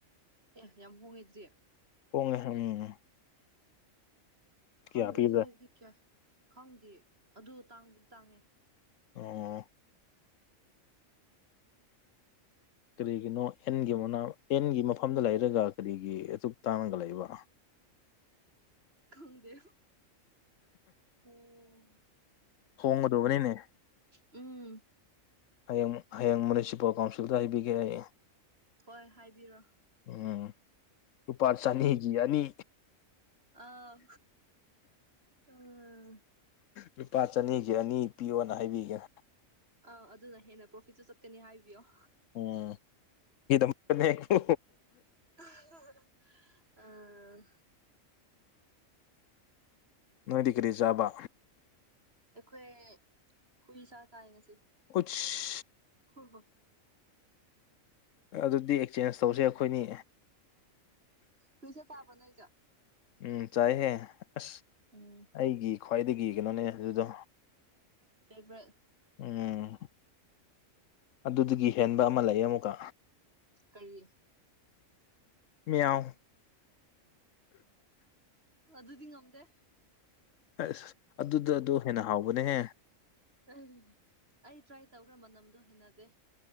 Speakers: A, on the right; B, on the left.
A: ꯑꯦ ꯌꯥꯝ ꯍꯣꯡꯉꯦ ꯑꯗꯨꯗꯤ
B: ꯍꯣꯡꯉꯦ ꯎꯝ
A: ꯈꯪꯗꯦ
B: ꯀꯌꯥ ꯄꯤꯕ꯭ꯔꯥ
A: ꯁꯋꯥꯏꯗꯤ ꯀꯌꯥ ꯈꯪꯗꯤꯌꯦ ꯑꯗꯨ ꯇꯥꯡꯕꯗꯤ ꯇꯥꯡꯉꯦ
B: ꯑꯣ ꯀꯔꯤꯒꯤꯅꯣ ꯑꯦꯟꯒꯤ ꯃꯅꯥ ꯑꯦꯟꯒꯤ ꯃꯐꯝꯗ ꯂꯩꯔꯒ ꯀꯔꯤꯒꯤ ꯑꯗꯨꯛ ꯇꯥꯡꯉꯒ ꯂꯩꯕ
A: ꯈꯪꯗꯦ ꯎꯝ
B: ꯍꯣꯡꯒꯗꯧꯕꯅꯤꯅꯦ
A: ꯎꯝ
B: ꯍꯌꯦꯡ ꯍꯌꯦꯡ ꯃꯌꯨꯅꯤꯁꯤꯄꯥꯜ ꯀꯥꯎꯟꯁꯤꯜꯗ ꯍꯥꯏꯕꯤꯒꯦ ꯑꯩ
A: ꯍꯣꯏ ꯍꯥꯏꯕꯤꯔꯣ
B: ꯎꯝ ꯂꯨꯄꯥ ꯆꯅꯤꯒꯤ ꯑꯅꯤ
A: ꯑꯧ ꯑꯥ
B: ꯂꯨꯄꯥ ꯆꯅꯤꯒꯤ ꯑꯅꯤ ꯄꯤꯌꯣꯅ ꯍꯥꯏꯕꯤꯒꯦ
A: ꯑꯥ ꯑꯗꯨꯅ ꯍꯦꯟꯅ ꯄ꯭ꯔꯣꯐꯤꯠꯁꯨꯨ ꯆꯠꯀꯅꯤ ꯍꯥꯏꯕꯤꯌꯣ
B: ꯑꯣ ꯒꯤꯗꯃꯛꯇꯅꯦ ꯀꯣ
A: <unintelligible> ꯑ
B: ꯅꯣꯏꯗꯤ ꯀ꯭ꯔꯤ ꯆꯥꯕ
A: ꯑꯩꯈꯣꯏ ꯍꯨꯏ ꯁꯥ ꯆꯥꯏ ꯉꯁꯤ
B: ꯀꯨꯁ
A: ꯍꯣ ꯍꯣ
B: ꯑꯗꯨꯗꯤ ꯑꯦꯛꯆꯦꯟꯖ ꯇꯧꯁꯦ ꯑꯩꯈꯣꯏꯅꯤ
A: ꯐꯤꯁꯦ ꯄꯥꯕ꯭ꯔꯣ ꯅꯣꯏꯁꯨ
B: ꯎꯝ ꯆꯥꯏꯍꯦ ꯑꯁ
A: ꯎꯝ
B: ꯑꯩꯒꯤ ꯈ꯭ꯋꯥꯏꯗꯒꯤ ꯀꯩꯅꯣꯅꯦ ꯑꯗꯨꯗꯣ
A: ꯐꯦꯕ꯭ꯔꯦꯠ <unintelligible>
B: ꯎꯝ ꯑꯗꯨꯗꯒꯤ ꯍꯦꯟꯕ ꯑꯃ ꯂꯩꯌꯦ ꯑꯃꯨꯛꯀ
A: ꯀꯔꯤ
B: ꯃꯤꯌꯥꯎ
A: ꯑ ꯑꯗꯨꯗꯤ ꯉꯝꯗꯦ
B: ꯑꯁ ꯑꯗꯨꯗ ꯑꯗꯣ ꯍꯦꯟꯅ ꯍꯥꯎꯕꯅꯦꯍꯦ
A: ꯑꯩ ꯑꯩ ꯇ꯭ꯔꯥꯏ ꯇꯧꯈ꯭ꯔꯦ ꯃꯅꯝꯗꯣ ꯍꯩꯅꯗꯦ